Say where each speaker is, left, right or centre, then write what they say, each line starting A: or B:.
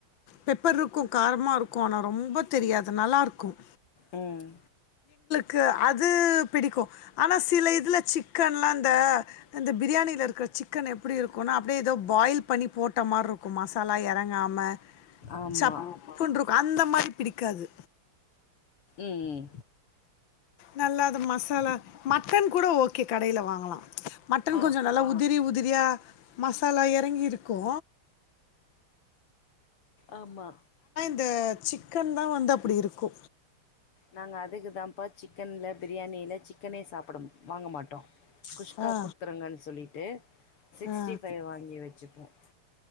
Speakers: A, on the left (about 65°); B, on the left (about 85°).
A: பெப்பர் இருக்கும் காரமா இருக்கும் ஆனா ரொம்ப தெரியாது நல்லா இருக்கும்
B: ம்
A: கு அது பிடிக்கும் ஆனா சில இதுல சிக்கன்லா இந்த இந்த பிரியாணியில இருக்கிற சிக்கன் எ அப்படி இருக்கும்னா அப்படியே ஏதோ பாயில் பண்ணி போட்ட மாதிரி இருக்கும் மசாலா இறங்காம
B: ஆமா
A: சப்புன்டு இருக் அந்த மாரி பிடிக்காது
B: ம்
A: நல்லா அது மசாலா மட் மட்டன் கூட ஓகே கடைல வாங்கலாம் மட்டன்
B: ஆ
A: கொஞ்சோ நல்லா உதிரி உ பிரியா மசாலா எறங்கிருக்கோ
B: ஆமா
A: இந்த சிக் கன்தா வந்து அப்டி இருக்கோ
B: நாங்க அதுக்கு தான்ப்பா சிக்கன்ல பிரியாணில சிக் சிக்கனே சாப்பிட வாங்க மாட்டோம் குஷ்கா
A: ஆ,
B: கொடுத்துருங்கன்னு சொல்லிட்டு சிக்ஸ்ட்டி
A: ஆ.
B: ஃபைவ் வாங்கி வச்சுப்போம்